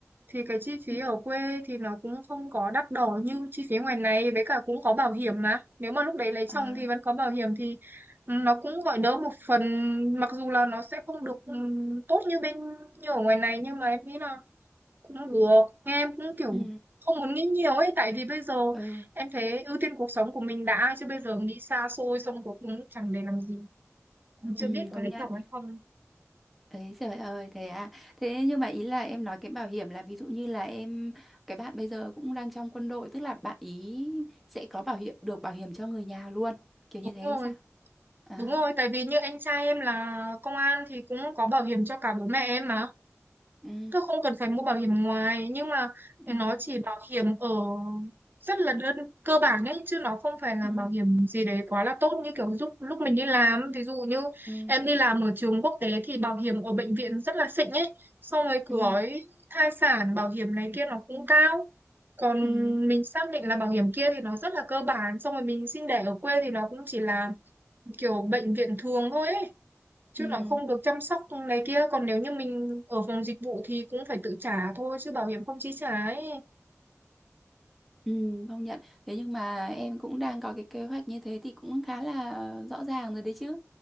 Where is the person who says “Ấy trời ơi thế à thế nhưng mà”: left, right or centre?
Centre